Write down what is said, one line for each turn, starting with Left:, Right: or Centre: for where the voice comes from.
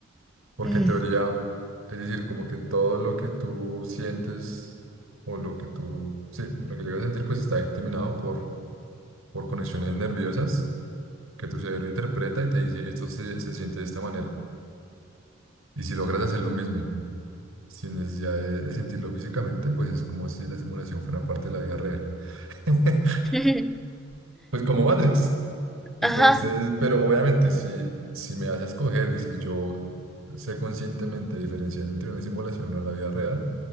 Right: Porque
Centre: Mm.
Right: en teoría, es decir, como que todo lo que tú sientes o lo que tú, sí, lo que llegas a sentir, pues está determinado por, por conexiones nerviosas que tu cerebro interpreta y te dice, esto se, se siente de esta manera. Y si logras hacer lo mismo sin necesidad de, de sentirlo físicamente, pues es como si la simulación fuera parte de la vida real. <laughs>
Centre: <laughs>
Right: Pues como Matrix. Entonces,
Centre: Ajá,
Right: pero obviamente si, si me das a escoger y si yo sé conscientemente diferenciar entre una simulación o la vida real,